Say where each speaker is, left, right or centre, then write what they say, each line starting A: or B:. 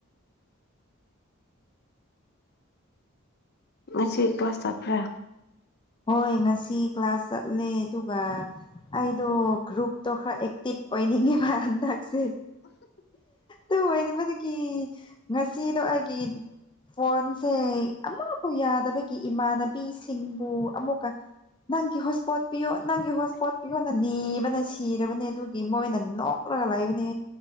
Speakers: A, on the left; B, on the left.
A: ꯉꯁꯤ ꯀ꯭ꯂꯥꯁ ꯇꯔꯄ꯭ꯔꯥ
B: ꯍꯣꯏ ꯉꯁꯤ ꯀ꯭ꯂꯥꯁ ꯆꯠꯂꯦ ꯑꯗꯨꯒ ꯑꯩꯗꯣ ꯒ꯭ꯔꯨꯞꯇꯣ ꯈꯔ ꯑꯦꯛꯇꯤꯚ ꯑꯣꯏꯅꯤꯡꯉꯦꯕ ꯑꯟꯗꯥꯛꯁꯦ ꯑꯗꯨ ꯑꯣꯏꯕꯗꯒꯤ ꯉꯁꯤꯗꯣ ꯑꯩꯒꯤ ꯐꯣꯟꯁꯦ ꯑꯃꯕꯨ ꯌꯥꯗꯕꯒꯤ ꯏꯃꯥꯟꯅꯕꯤꯁꯤꯡꯕꯨ ꯑꯃꯀ ꯅꯪꯒꯤ ꯍꯣꯁ ꯄꯣꯠ ꯄꯤꯌꯣ ꯅꯪꯒꯤ ꯍꯣꯁ ꯄꯣꯠ ꯄꯤꯌꯣ ꯅꯪ ꯅꯤꯕꯅ ꯁꯤꯔꯕꯅꯤ ꯑꯗꯨꯒꯤ ꯃꯣꯏꯅ ꯅꯣꯛꯂꯒ ꯂꯩꯕꯅꯦ